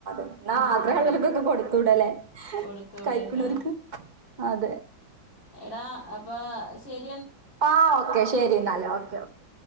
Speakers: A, on the right; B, on the left.
A: എന്നാ
B: ഉം.
A: ആഗ്രഹമുള്ളവർക്കൊക്കെ കൊടുത്തൂടേല്ലേ
B: കൊടുത്തൂടെ
A: കയിക്കണോർക്ക്
B: എടാ
A: അതെ
B: എടാ അപ്പോ ശ
A: ആ ഓക്കെ ശരിയന്നാല് ഓക്കെ ഓക്കെ